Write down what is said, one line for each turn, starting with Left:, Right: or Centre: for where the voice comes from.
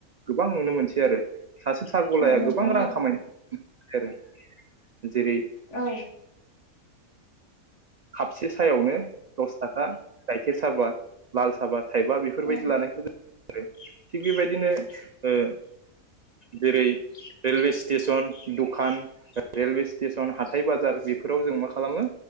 Right: गोबां नुनो मोनसै आरो सासे सा
Left: नोंथां
Right: गलाया गोबां रां खामाय <unintelligible> आरो जेरै।
Left: औ।
Right: खापसे सायावनो दस थाखा गाइखेर साबा लाल साबा थाइबा बेफोरबायदि
Left: औ
Right: लानायखौ जों आरो थिग बेबायदिनो ओ जेरै रेलवे स्टेसन दुखान रेलवे स्टेसन हाथाय बाजार बेफोराव जों मा खालामो